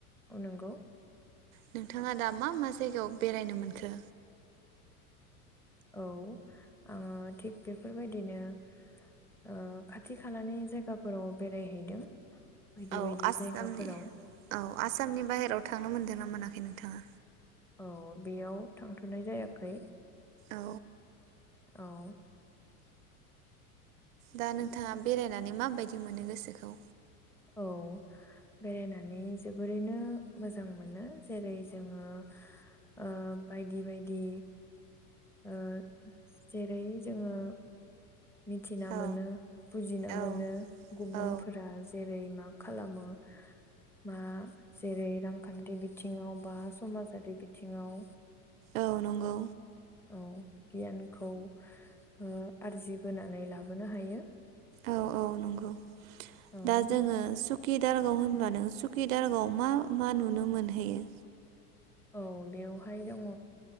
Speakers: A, in the centre; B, on the right (about 65°).
A: औ नोंगौ
B: नोंथाङा दा मा मा जायगायाव बेरायनो मोनखो?
A: औ आङो थिग बेफोरबायदिनो ओ खाथि खालानि जायगाफोराव बेरायहैदों। बायदि
B: औ
A: बायदि
B: आसामनि
A: जायगाफोराव
B: औ आसामनि बाहेराव थांनो मोनदों ना मोनाखै नोंथाङा?
A: औ बेयाव थांथनाय जायाखै।
B: औ
A: औ
B: दा नोंथाङा बेरायनानै माबायदि मोनो गोसोखौ?
A: औ बेरायनानै जोबोरैनो मोजां मोनो जेरै जोङो ओ बायदि बायदि ओ जेरै जोङो मिथिना
B: औ
A: मोनो बुजिना
B: औ
A: मोनो गुबुनफोरा
B: औ
A: यै मा खालामो मा जेरै रांखान्थि बिथिङाव बा समाजारि बिथिङाव।
B: औ नंगौ
A: औ गियानखौ ओ आरजिबोनानै लाबोनो हायो।
B: औ औ नंगौ
A: औ
B: दा जोङो सुकि दारगाव होनबा नों सुकि दारगाव मा मा नुनो मोनहैयो?
A: औ बेवहाय दङ